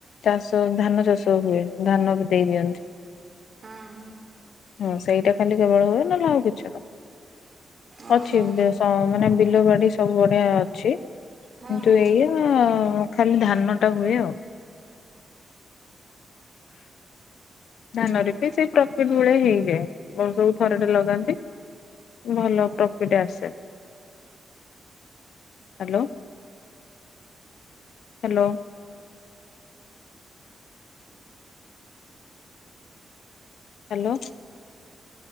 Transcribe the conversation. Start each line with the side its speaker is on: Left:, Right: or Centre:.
Left: ଚାଷ ଧାନ ଚାଷ ହୁଏ ଧାନ ଦେଇ ଦିଅନ୍ତି।
Right: ହଁ।
Left: ହଁ ସେଇଟା ଖାଲି କେବଳ ହୁଏ ନହେଲେ ଆଉ କିଛି ନା
Right: ଓହୋ
Left: ଅଛି ସ ମାନେ ବିଲବାଡି ସବୁ ବଢିଆ ଅଛି।
Right: ହଁ।
Left: କିନ୍ତୁ ଏଇଆ ଖାଲି ଧାନଟା ହୁଏ ଆଉ। ଧାନରେ ବି ସେଇ ପ୍ରଫିଟ ଭଳିଆ ହେଇଯାଏ। ବର୍ଷକୁ ଥରଟେ ଲଗାନ୍ତି। ଭଲ ପ୍ରଫିଟ ଆସେ। Hello, hello. ହାଲୋ।